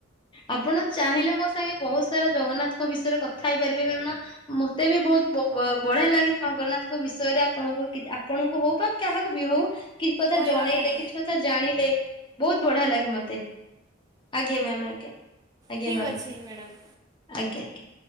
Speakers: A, on the left; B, on the right.
A: ଆପଣ ଚାହିଁଲେ ମୋ ସାଙ୍ଗେ ବହୁତ ସାରା ଜଗନ୍ନାଥଙ୍କ ବିଷୟରେ କଥା ହେଇପାରିବେ ମ୍ୟାମ୍ ମତେ ବି ବହୁତ ବଢିଆ ଲାଗେ ଜଗନ୍ନାଥଙ୍କ ବିଷୟରେ ଆପଣଙ୍କୁ କି ଆପଣଙ୍କୁ ହଉ ବା କାହାକୁ ବି ହଉ କିଛି କଥା
B: କହିବା
A: ଜଣେଇଲେ
B: ପାଇଁ
A: କିଛି କଥା ଜାଣିଲେ ବହୁତ ବଢିଆ ଲାଗେ ମତେ। ଆଜ୍ଞା ମ୍ୟାମ୍ ଆଜ୍ଞା। ଆଜ୍ଞା
B: ଠିକ୍
A: ମ୍ୟାମ୍
B: ଅଛି ମ୍ୟାଡ଼ମ୍
A: <inaudible> ଆଜ୍ଞା।